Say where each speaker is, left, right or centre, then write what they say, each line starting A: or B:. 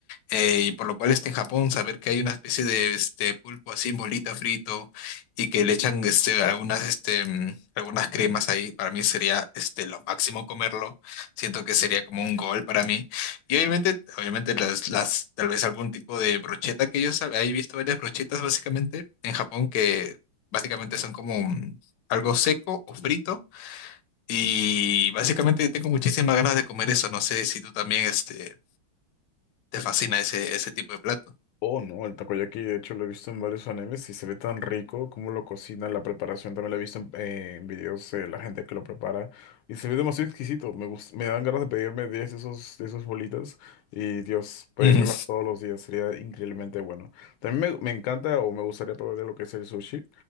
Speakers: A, on the left; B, on the left.
A: eh, y por lo cual este en Japón saber que hay una especie de este pulpo así en bolita frito y que le echan este algunas este mm, algunas cremas ahí para mí sería este lo máximo comerlo siento que sería como un gol para mí y obviamente obviamente las las tal vez algún tipo de brocheta que yo sabía he visto varias brochetas básicamente en Japón que básicamente son como mm, algo seco o frito y básicamente tengo muchísimas ganas de comer eso no sé si tú también este te fascina ese ese tipo de plato
B: Oh, no, el takoyaki, de hecho, lo he visto en varios animes y se ve tan rico como lo cocinan, la preparación, también lo he visto en, eh, en videos de la gente que lo prepara y se ve demasiado exquisito, me gus- me dan ganas de pedirme 10 de esos, de esos bolitas y Dios, pedirlas
A: Ujú.
B: todos los días sería increíblemente bueno. También me, me encanta o me gustaría probar lo que es el sushi,